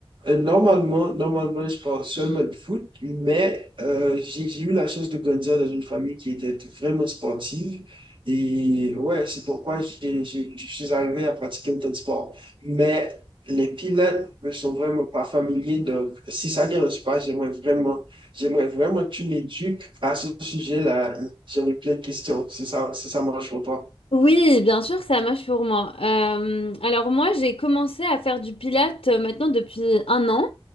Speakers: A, on the right; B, on the left.
A: euh, normalement, normalement, je parle seulement de foot, mais euh, j'ai j'ai eu la chance de grandir dans une famille qui était vraiment sportive. Et ouais, c'est pourquoi j'ai- j'ai- je suis arrivé à pratiquer autant de sport. Mais les pilotes ne sont vraiment pas familiers. Donc, si ça ne dérange pas, j'aimerais vraiment, j'aimerais vraiment que tu m'éduques à ce sujet-là. J'en ai plein de questions. C'est ça, c'est ça marche pour toi.
B: Oui, bien sûr, ça marche pour moi. Euh, alors moi, j'ai commencé à faire du pilates euh, maintenant depuis un an.